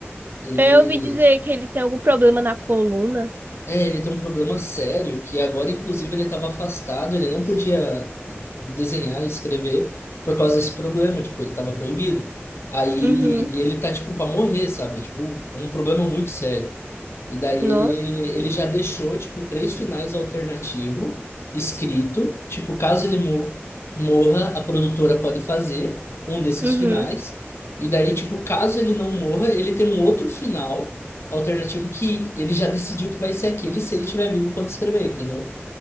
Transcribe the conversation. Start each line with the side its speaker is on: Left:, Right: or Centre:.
Left: Ele,
Right: Eu ouvi dizer que ele tem algum problema na coluna.
Left: É, ele tem um problema sério que agora, inclusive, ele estava afastado, ele não podia desenhar e escrever por causa desse problema, tipo, ele estava proibido. Aí
Right: Uhum.
Left: e ele tá, tipo, para morrer, sabe? Tipo, um problema muito sério. E daí
Right: Nossa.
Left: ele, ele já deixou, tipo, três finais alternativos escrito, tipo, caso ele mo- morra, a produtora pode fazer um desses
Right: Uhum.
Left: finais. E daí, tipo, caso ele não morra, ele tem um outro final alternativo que ele já decidiu que vai ser aquele se ele estiver vivo quando escrever, entendeu?